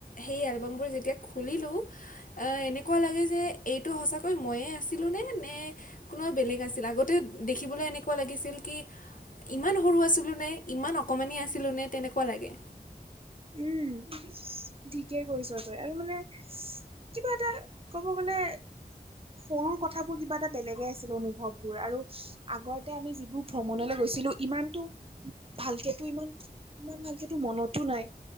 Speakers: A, on the left; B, on the right.
A: সেই এলবামবোৰ যেতিয়া খুলিলোঁ - এনেকুৱা লাগে যে এইটো সঁচাকৈ ম‌ইয়ে আছিলো নে, নে কোনোবা বেলেগ আছিল আগত - দেখিবলৈ এনেকুৱা লাগিছিল কি? ইমান সৰু আছিলো নে, ইমান অকমানি আছিলো নে, তেনেকুৱা লাগে।
B: উম, ইছ্। ঠিকেই কৰিছ তই, আৰু মানে কিবা এটা কব গলে - সৰু কথাবোৰ কিবা এটা বেলেগে আছিল অনুভৱবোৰ আৰু - আগৰতে আমি যিবোৰ ভ্ৰমণলৈ গৈছিলো ইমানতো ভালকেতো ইমান - ইমান ভালকে তো মনতো নাই,